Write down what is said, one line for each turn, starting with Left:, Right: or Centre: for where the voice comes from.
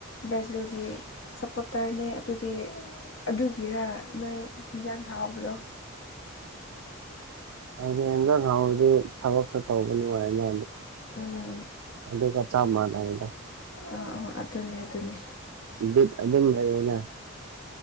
Left: ꯕ꯭ꯔꯥꯖꯤꯜꯒꯤ ꯁꯞꯄꯣꯔꯇꯔꯅꯦ ꯑꯗꯨꯒꯤ ꯑꯗꯨꯒꯤꯔꯥ ꯅꯣꯏ ꯌꯦꯟꯖꯥꯡ ꯍꯥꯎꯕꯗꯣ
Right: ꯍꯥꯏꯗꯤ ꯍꯟꯖꯥꯡ ꯍꯥꯎꯗꯤ ꯊꯕꯛꯁꯨ ꯇꯧꯕ ꯅꯨꯡꯉꯥꯏꯅ
Left: ꯎꯝ
Right: ꯑꯗꯨ ꯆꯃꯥꯟꯅꯗ
Left: ꯑꯥ ꯑꯥ ꯑꯗꯨꯅꯦ ꯑꯗꯨꯅꯦ
Right: ꯕꯤꯠ ꯑꯗꯨꯝ ꯂꯩꯔꯅ